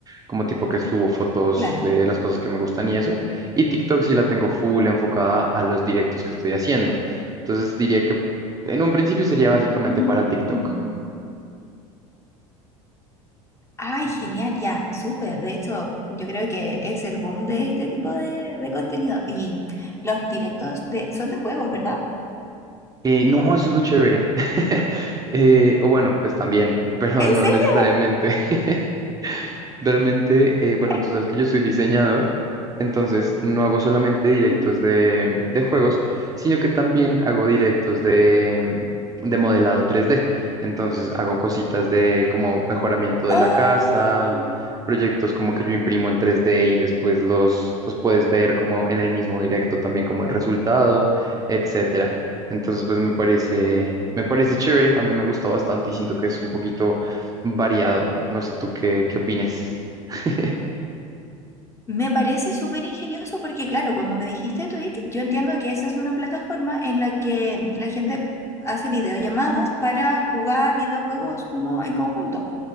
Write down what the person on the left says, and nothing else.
Claro.
Mm.
Ay, genial, ya, súper. De hecho, yo creo que es el boom de este tipo de, de contenido. Y los directos de, son de juegos, ¿verdad?
¿En
serio?
Ay,
ujú.
¡Oh!
Me parece súper ingenioso porque, claro, como me dijiste Twitch, yo entiendo que esa es una plataforma en la que la gente hace videollamadas para jugar videojuegos como en conjunto.